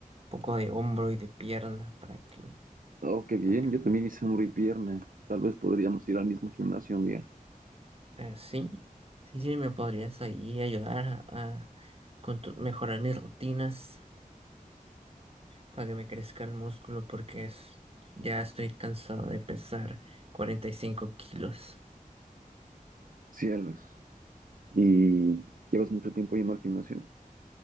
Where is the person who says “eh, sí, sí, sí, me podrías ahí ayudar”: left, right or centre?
Right